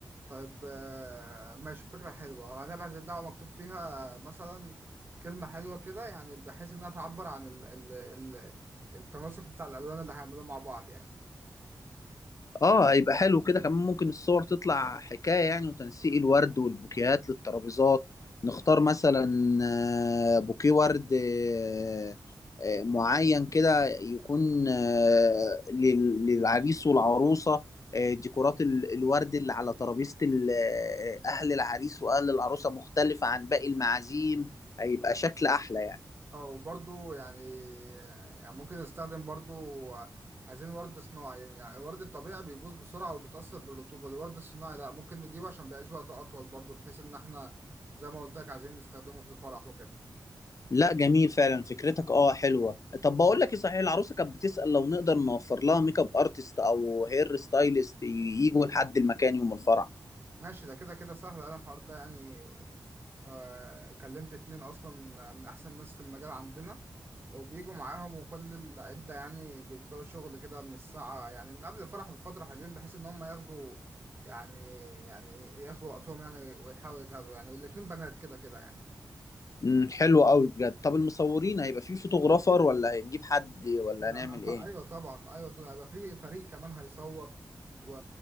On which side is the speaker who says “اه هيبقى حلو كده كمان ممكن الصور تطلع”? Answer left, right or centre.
Left